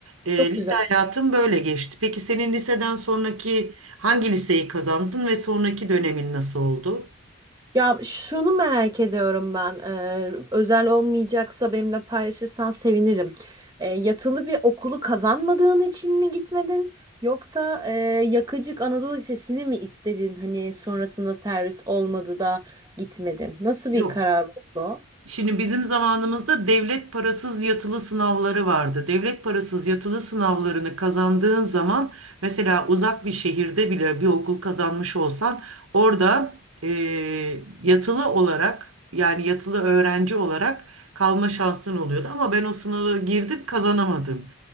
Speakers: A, on the right; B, on the right.
A: E,
B: Çok
A: lise
B: güzel.
A: hayatım böyle geçti. Peki senin liseden sonraki hangi liseyi kazandın ve sonraki dönemin nasıl oldu?
B: Ya şunu merak ediyorum ben. Ee, özel olmayacaksa benimle paylaşırsan sevinirim. Ee, yatılı bir okulu kazanmadığın için mi gitmedin? Yoksa e, Yakıcık Anadolu Lisesi'ni mi istedin? Hani sonrasında servis olmadı da gitmedin. Nasıl bir
A: Yok.
B: karar oldu? o?
A: Şimdi bizim zamanımızda devlet parasız yatılı sınavları vardı. Devlet parasız yatılı sınavlarını kazandığın zaman mesela uzak bir şehirde bile bir okul kazanmış olsan orada eee, yatılı olarak yani yatılı öğrenci olarak kalma şansın oluyordu. Ama ben o sınavı girdim kazanamadım.